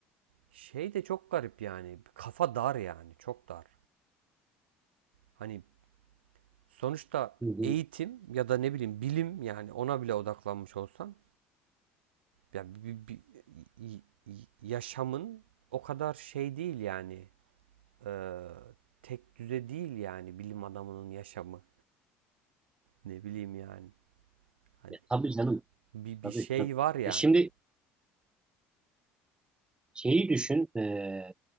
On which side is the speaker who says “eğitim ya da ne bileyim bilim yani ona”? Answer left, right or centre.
Right